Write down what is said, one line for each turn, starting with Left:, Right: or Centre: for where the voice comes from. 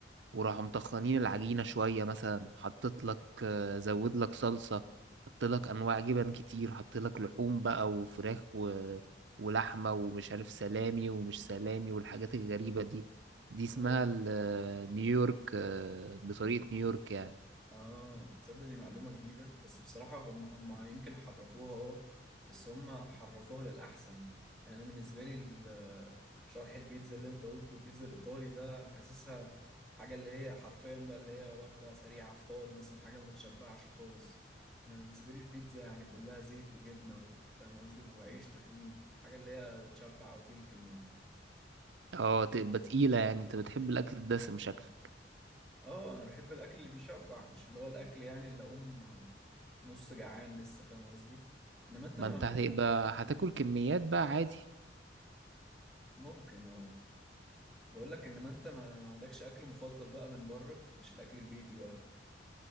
Right: وراحوا مطخنين العجينة شوية مثلا حطيت لك آه، زود لك صلصة حط لك أنواع جبن كتير حط لك لحوم بقى وفراخ و... ولحمة ومش عارف سلامي ومش سلامي والحاجات الغريبة دي دي اسمها
Centre: يا راجل
Right: ال- آه، نيويورك آه، بطريقة نيويورك يعني
Centre: اه تصدق دي معلومة جديدة بس بصراحة هم هم يمكن حرفوها اه بس هم حرفوها للأحسن يعني أنا بالنسبة لي ال- آه، شرح البيتزا اللي أنت قلته البيتزا الإيطالي ده حاسسها حاجة اللي هي حرفيا بقى اللي هي وجبة سريعة فطار مثلا حاجة ما بتشبعش خالص أنا بالنسبة لي البيتزا يعني كلها زيت وجبنة و- فاهم قصدي وعيش تخين حاجة اللي هي تشبع أو تلكم يعني
Right: اه تبقى تقيلة يعني انت بتحب الأكل الدسم شكلك
Centre: اه انا بحب الاكل اللي بيشبع مش اللي هو الاكل يعني اللي اقوم آه، نص جعان لسه فاهم قصدي انما انت
Right: ما
Centre: ما
Right: انت هتبقى هتاكل كميات بقى عادي
Centre: ممكن اه بقول لك انما انت ما, ما عندكش اكل مفضل بقى من بره مش الاكل البيتي بقى